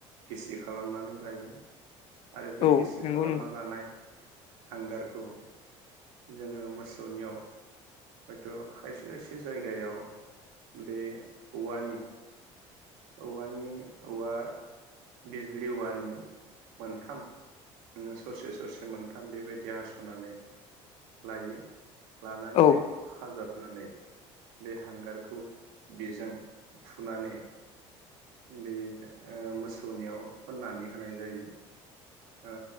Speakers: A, on the right; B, on the left.
A: गिसि खालामनानै लायो। आरो बे
B: औ
A: गिसि
B: नंगौ
A: खालामना
B: नंगौ
A: लानाय हांगारख खौ जोङो मोसौनियाव हयथ' खायसे खायसे जायगायाव बे औवानि औवानि औवा बिजलि औवानि मोनथाम ससे ससे मोनथाम बेबायदि हास'नानै लायो। लानानै
B: औ
A: बेखौ खाजाबनानै बे हांगारखौ बेजों थुनानै बे ओ मोसौनियाव फोननानै होनाय जायो। ओ